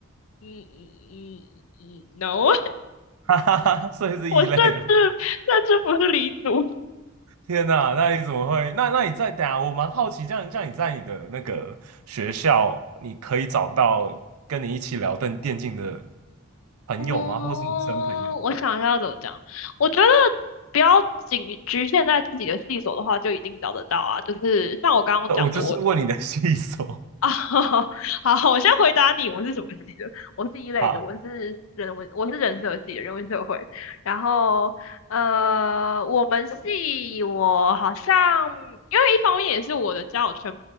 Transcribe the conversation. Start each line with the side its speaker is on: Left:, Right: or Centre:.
Left: 嗯嗯嗯嗯嗯，no。
Right: <laughs> 哈哈哈，所以是一类了。
Left: <laughs> 我甚至甚至不是离族。
Right: 天呐，那你怎么会？那那你在等下，我蛮好奇，这样这样你在你的那个学校，你可以找到跟你一起聊电电竞的朋友吗？
Left: 嗯，
Right: 或是女生朋友？
Left: 我想一下要怎么讲。我觉得不要仅局限在自己的细所的话，就一定找得到啊。就是像我刚刚讲的，
Right: 呃我就是问你的细说。
Left: 我啊，<laughs> 好，我先回答你，我是什么系的？我是一类的，
Right: <laughs> 好，
Left: 我是人文，我是人社系的，人文社会。然后，呃，我们系我好像，因为一方面也是我的交友圈